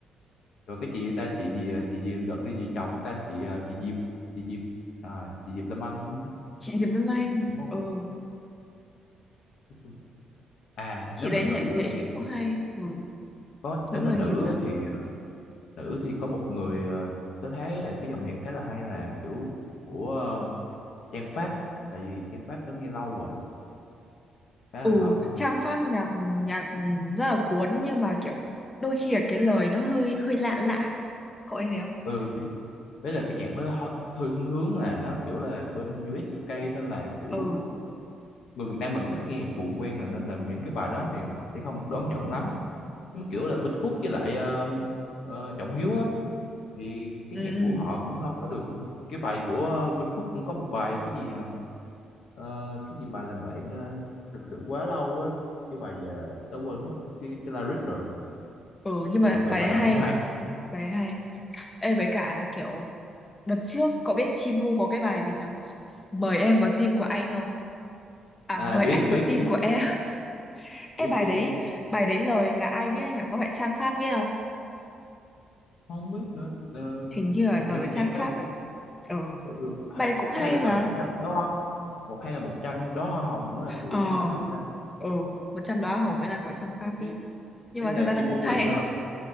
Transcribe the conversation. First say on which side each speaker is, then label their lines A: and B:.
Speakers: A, on the left; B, on the left.
A: rồi cái chị ta chị gì chị gì đợt cái gì chồng ta chị ờ, chị Diệp chị Diệp à, chị Diệp Lâm Anh
B: chị Diệp Lâm Anh
A: đúng không
B: ừ
A: Nói chung- à
B: chị
A: nếu mà
B: đấy
A: nữ
B: nhảy nhảy
A: á thì
B: thì cũng hay ừ
A: có nếu
B: nữ
A: mà
B: thời
A: nữ
B: nhìn sao
A: á thì ờ, nữ thì có một người ờ, tớ thấy là cái dòng nhạc khá là hay là kiểu của ờ, Trang Pháp tại vì Trang Pháp tớ nghe lâu rồi khá
B: ừ
A: là lâu
B: trang pháp nhạc nhạc rất là cuốn nhưng mà kiểu đôi khi là cái lời nó hơi hơi lạ lạ có ai thấy thế không
A: ừ thì đấy là cái nhạc nó hơi- thiên hướng là nó kiểu là bên US UK nên là kiểu
B: ừ
A: người Việt Nam mình thích nghe nhạc buồn quen rồi nên là những cái bài đó thì sẽ không được đón nhận lắm nhưng mà kiểu là Vinh Khuất với lại ờ, ờ, Trọng Hiếu á thì cái
B: Ừ.
A: nhạc của họ cũng đâu có được cái bài của ờ, Vinh Khuất cũng có một bài cái gì ờ, ờ, cái gì bài làm bạn ờ, thật sự quá lâu á cái bài giờ tớ quên mất cái cái lyric rồi
B: Ừ nhưng
A: chung
B: mà
A: là mấy
B: bài
A: bài
B: ấy hay
A: đó cũng hay
B: Bài ấy hay Ê với cả kiểu Đợt trước cậu biết Chibu có cái bài gì nhở Mời em vào team của anh không À
A: à
B: mời
A: biết
B: anh
A: biết
B: vào team
A: biết
B: của em <laughs> Ê
A: biết
B: bài
A: biết
B: đấy
A: biết
B: Bài đấy lời là ai viết ấy nhở Có phải Trang Pháp viết không
A: không biết nữa Ờ,
B: Hình như là
A: hình
B: lời
A: như là
B: của Trang
A: Trang
B: Pháp
A: Pháp
B: ấy Ừ,
A: ừ, ừ. hay,
B: Bài cũng hay
A: hay là
B: mà
A: một trăm đó hay là một trăm đó hồng mới là của
B: Ờ
A: Trang Pháp viết ta
B: Ừ Một trong đó Hồng mới là của Trang Pháp
A: ý,
B: viết Nhưng
A: ý
B: mà
A: là
B: thật ra nó
A: Chibu
B: cũng hay
A: rồi do